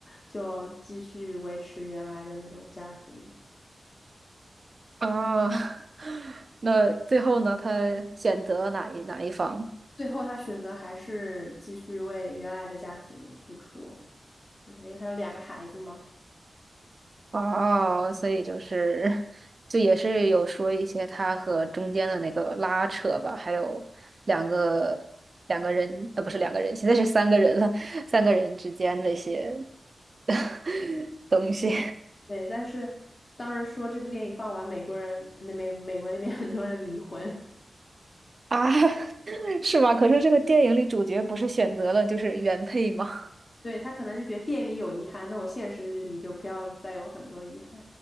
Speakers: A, on the left; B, on the right.
A: 就继续维持原来的那种家庭。
B: 啊。<laughs> 那最后呢，他选择哪一哪一方？
A: 最后他选择还是继续为原来的家庭付出，就是因为他有两个孩子嘛。
B: 啊？所以就是就也是有说一些他和中间的那个拉扯吧，还有两个两个人，呃，不是两个人，现在是三个人了，三个人之间那些 <laughs> 东西。
A: 对，但是当时说这部电影放完，美国人那美美国那边 <laughs> 很多人离婚，
B: 啊，<laughs> 是吗？可是这个电影里主角不是选择了就是原配吗？
A: 对，他可能就觉得电影里有遗憾，那我现实里就不要再有很多遗憾。